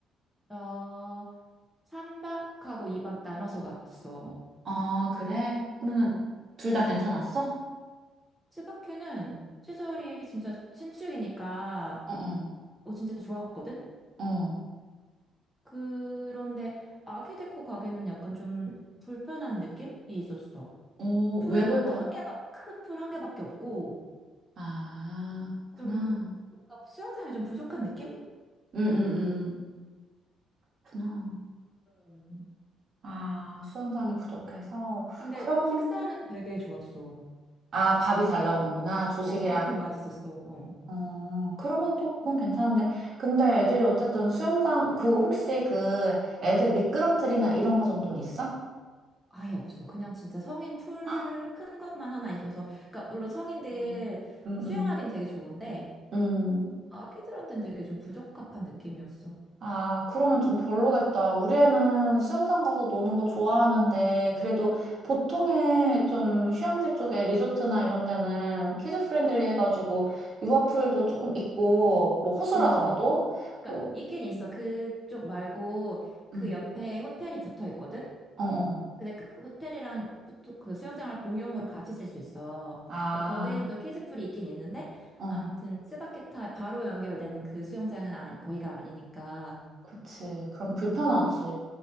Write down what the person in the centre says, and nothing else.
나 3박하고 2박 나눠서 갔어.
츠바큐는 시설이 진짜 신축이니까
어, 진짜 좋았거든?
그런데 아기 데리고 가기는 약간 좀 불편한 느낌이 있었어.
풀이
너무
한 개밖, 큰 풀 한 개밖에 없고,
좀 뭔가 수영장이 좀 부족한 느낌?
음.
근데
식사는 되게 좋았어.
어, 밥은 맛있었어. 어.
아예 없어. 그냥 진짜 성인 풀
큰 것만 하나 있어서. 그러니까 물론 성인들
수영하기는 되게 좋은데,
아기들한테는 되게 좀 부적합한 느낌이었어.
음. 그러니까
있긴 있어.
그쪽 말고 그
옆에 호텔이 붙어 있거든.
근데 그, 그 호텔이랑 호- 그 수영장을 공용으로 같이 쓸 수 있어.
근데 거기는 또 키즈풀이 있긴 있는데
아무튼 스바키타에 바로 연결된 그 수영장은 아니, 거기가 아니니까
음, 그